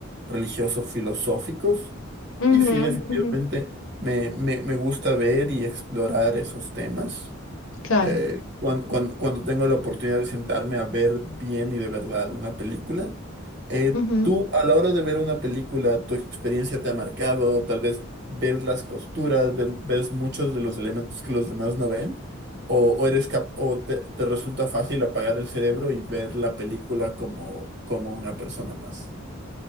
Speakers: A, on the right; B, on the left.
A: religiosos, filosóficos.
B: Ujú,
A: Y sí, definitivamente
B: ujú,
A: me, me, me gusta ver y explorar esos temas.
B: claro.
A: Eh, cuan- cuan- cuando, tengo la oportunidad de sentarme a ver bien y de verdad una película, eh,
B: Ujú.
A: tú a la hora de ver una película, tu experiencia te ha marcado, tal vez ver las costuras, ver- ves muchos de los elementos que los demás no ven, o, o eres cap- o te, te resulta fácil apagar el cerebro y ver la película como, como una persona más.